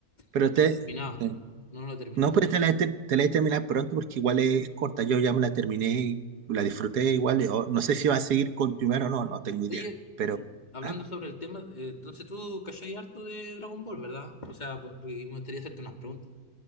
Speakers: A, on the right (about 85°); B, on the left (about 30°).
A: Pero
B: no me
A: te,
B: he terminado.
A: sí.
B: No lo he terminado.
A: no, pero te la, te, te la he terminado pronto porque igual es corta. Yo ya me la terminé y la disfruté igual. yo no sé si va a seguir continuar o no, no tengo idea.
B: Oye,
A: Pero,
B: y hablando
A: ¿ah?
B: sobre el tema, eh, entonces tú cachai harto de Dragon Ball, ¿verdad? O sea, po- porque me gustaría hacerte unas preguntas.